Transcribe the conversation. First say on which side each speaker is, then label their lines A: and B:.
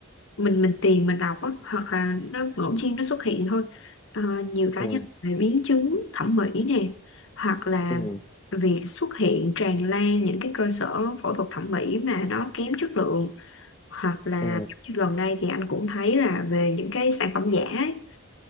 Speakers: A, on the left; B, on the left.
A: mình mình tìm mình đọc á hoặc là nó ngẫu nhiên nó xuất hiện thôi Ờ, nhiều cá
B: ừ
A: nhân về biến chứng thẩm mỹ nè hoặc là
B: ừ
A: việc xuất hiện tràn lan những cái cơ sở phẫu thuật thẩm mỹ mà nó kém chất lượng hoặc là
B: ừ
A: giống như gần đây thì anh cũng thấy là về những cái sản phẩm giả ấy.